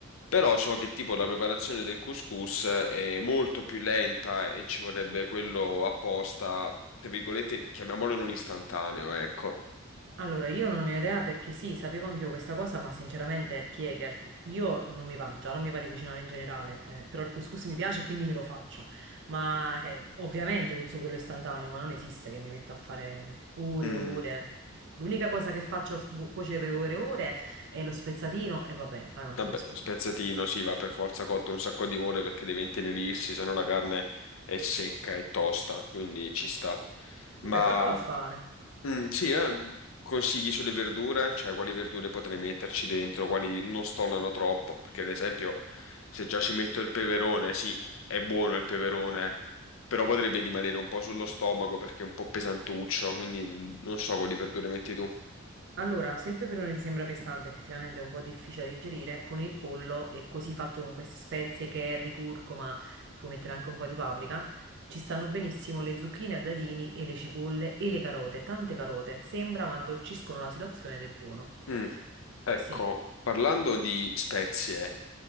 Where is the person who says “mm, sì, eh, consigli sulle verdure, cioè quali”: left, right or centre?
Left